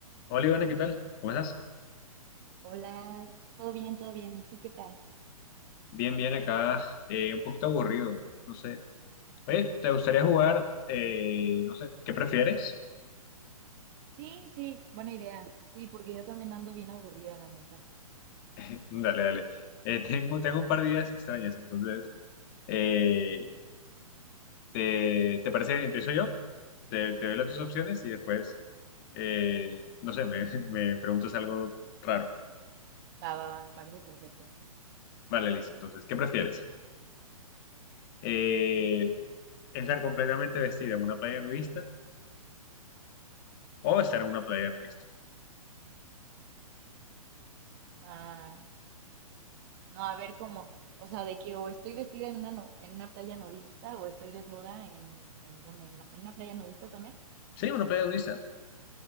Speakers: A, on the left; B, on the right.
A: Hola Ivana, ¿qué tal? ¿Cómo estás?
B: Hola, todo bien, todo bien. ¿Y tú qué tal?
A: Bien, bien, acá eh, un poquito aburrido, no sé. Oye, ¿te gustaría jugar? eh, no sé, ¿qué prefieres?
B: Sí, sí, buena idea. Sí, porque yo también ando bien aburrida, la neta.
A: <laughs> Dale, dale. Eh, tengo, tengo un par de ideas extrañas, entonces, eh, ¿te, te parece? que Empiezo yo, te, te doy las dos opciones
B: Sí.
A: y después, eh, no sé, me, <laughs> me preguntas algo raro.
B: Va, va, va, me parece perfecto.
A: Vale, listo. Entonces, ¿qué prefieres? Eh, ¿estar completamente vestida en una playa nudista o estar en una playa nudista?
B: Ah, no, a ver cómo. O sea, de que o estoy vestida en una, nu- en una playa nudista o estoy desnuda en, en donde, en la- en una playa nudista también.
A: Sí, una playa nudista.